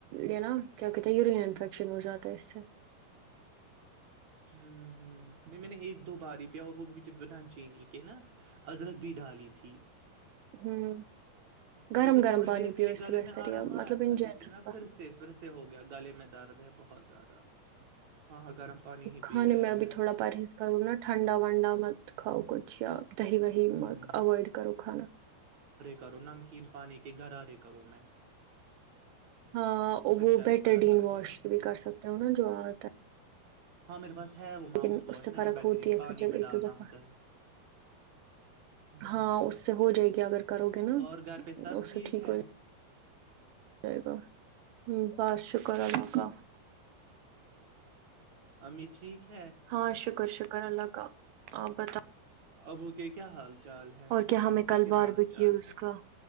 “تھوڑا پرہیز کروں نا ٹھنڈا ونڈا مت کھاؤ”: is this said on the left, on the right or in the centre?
Right